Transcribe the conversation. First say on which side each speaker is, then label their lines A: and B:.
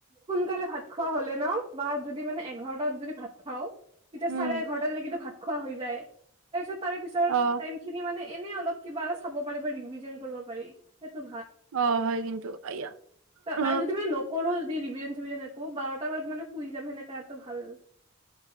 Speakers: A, on the right; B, on the right.
A: সোনকালে ভাত খোৱা হ'লে ন বা যদি মানে এঘাৰটাত যদি ভাত খাওঁ। তেতিয়া
B: উম
A: চাৰে এঘাৰটালেকেতো ভাত খোৱা হৈ যায় তাপিছত তাৰে পিছত
B: অ
A: টাইম খিনি মানে এনে অলপ কিবা চাব পাৰি বা ৰিভিজন কৰিব পাৰি। সেইটো
B: অ', হয়, কিন্তু আয়া
A: ত',
B: অ
A: আৰু যদি তুমি নকৰোঁ <unintelligible> <unintelligible> একো বাৰটামানত, মানে, শুই যাম। সেনেকাটো ভাল